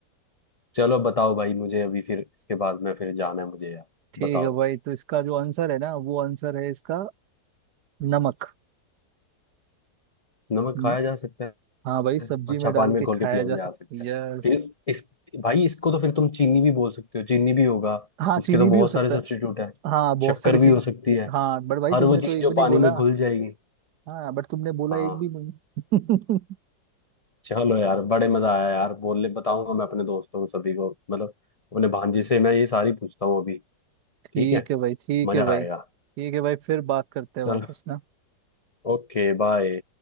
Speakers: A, on the left (about 65°); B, on the right (about 70°).
A: चलो बताओ भाई मुझे अभी फिर इसके बाद में फिर जाना है मुझे यार
B: ठीक
A: बताओ
B: है भाई तो इसका जो आंसर है ना वो आंसर है इसका नमक
A: नमक
B: हम्म,
A: खाया जा सकता
B: हाँ भाई सब्जी
A: है अच्छा
B: में
A: पानी
B: डाल
A: में
B: के
A: घोल
B: खाया
A: के पिया
B: जा
A: भी जा
B: सकता
A: सकता
B: है
A: है
B: यस
A: फिर इस भाई इसको तो फिर तुम चीनी भी बोल सकते हो चीनी भी होगा
B: हाँ
A: इसके
B: चीनी
A: तो
B: भी
A: बहुत
B: हो सकता
A: सारे सब्स्टिट्यूट
B: है
A: है
B: हाँ बहुत
A: शक्कर
B: सारी
A: भी
B: चीज
A: हो सकती है
B: हाँ बट भाई
A: हर
B: तुमने
A: वो चीज
B: तो एक
A: जो
B: भी नहीं
A: पानी
B: बोला
A: में घुल जाएगी
B: हाँ बट तुमने बोला
A: हाँ
B: एक भी नहीं <laughs>
A: चलो यार बड़े मजा आया यार बोलने बताऊंगा मैं अपने दोस्तों को सभी को मतलब अपने भांजे से मैं ये सारी पूछता हूँ अभी
B: ठीक
A: ठीक है
B: है भाई ठीक
A: मजा
B: है भाई
A: आएगा
B: ठीक है भाई फिर बात करते हैं
A: चलो
B: वापस ना
A: Okay bye